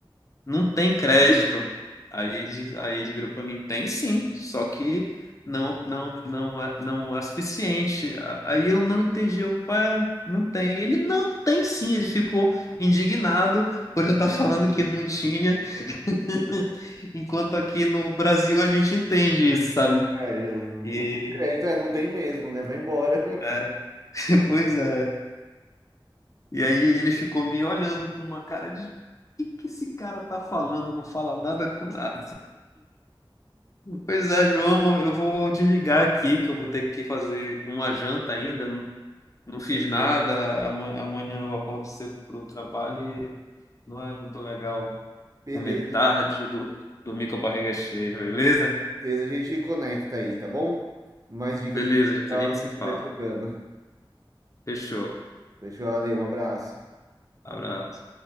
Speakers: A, on the left (about 35°); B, on the right (about 40°).
A: não tem crédito. Aí ele, aí ele virou para mim, tem sim, só que não, não, não é, não é suficiente. A- Aí eu não entendi, eu, pá, não tem. Ele não tem sim, ele ficou indignado por eu estar falando que não tinha, <laughs> enquanto aqui no Brasil a gente entende isso, sabe?
B: é, já não
A: E
B: não tem crédito, é, não tem mesmo, né? Vai embora.
A: é, <laughs> pois é. E aí ele ficou me olhando com uma cara de, o que que esse cara tá falando? Não fala nada com nada. Pois é, João, eu vou desligar aqui, que eu vou ter que fazer uma janta ainda. Não,
B: <laughs>
A: não fiz
B: Fechou.
A: nada. Ama- Amanhã eu acordo cedo para o trabalho e não é muito legal
B: Beleza,
A: comer tarde, do, dormir com a barriga cheia, beleza?
B: beleza. A gente conecta aí, tá bom? Mais dicas
A: Beleza,
B: de Portugal
A: a gente
B: a gente
A: se fala.
B: vai trocando.
A: Fechou.
B: Fechou, valeu, um abraço.
A: Abraço.